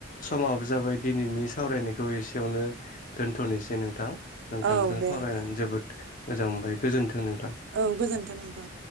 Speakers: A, on the left (about 45°); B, on the right (about 65°).
A: समाबो जाबाय दिनैनि सावरायनायखौ एसेयावनो दोनथ'नोसै नोंथां नोंथांजों
B: औ दे
A: सावरायनानै
B: दे
A: जोबोद। मोजां मोनबाय गोजोन्थों नोंथां।
B: औ गोजोन्थों नोंथां।